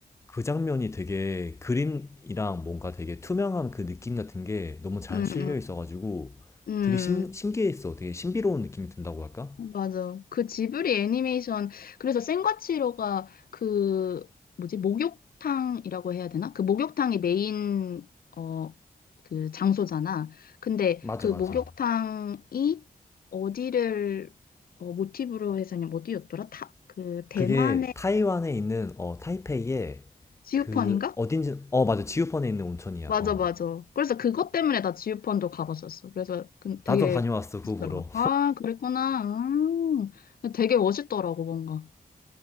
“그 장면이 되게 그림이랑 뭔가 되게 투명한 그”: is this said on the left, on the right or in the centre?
Left